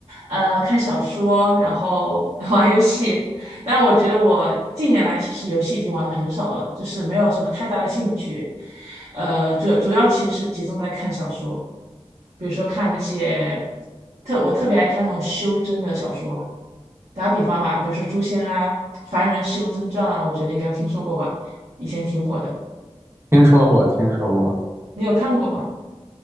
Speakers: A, on the right; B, on the right.
A: 呃，看小说，然后 <laughs> 玩游戏。但我觉得我近年来其实游戏已经玩的很少了，就是没有什么太大的兴趣。呃，主主要其实是集中在看小说，比如说看那些特我特别爱看那种修真的小说。打个比方吧，比如说《诛仙》啊，《凡人修真传》啊，我觉得应该听说过吧，以前挺火的。
B: 听说过，听说过。
A: 你有看过吗？